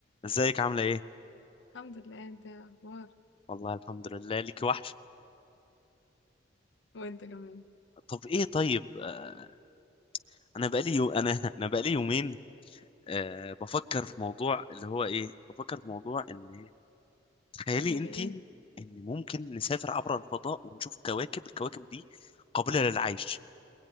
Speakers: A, on the left; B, on the left.
A: ازيك عاملة ايه؟
B: الحمد لله انت ايه الاخبار
A: والله الحمد لله ليك وحش
B: وانت كمان
A: طب ايه طيب آه انا بقالي يو... انا <laughs> انا بقالي يومين آه بفكر في موضوع اللي هو ايه بفكر في موضوع ان تخيلي
B: يعني
A: انتي
B: ايه
A: ان ممكن نسافر عبر الفضاء ونشوف كواكب الكواكب دي قابلة للعيش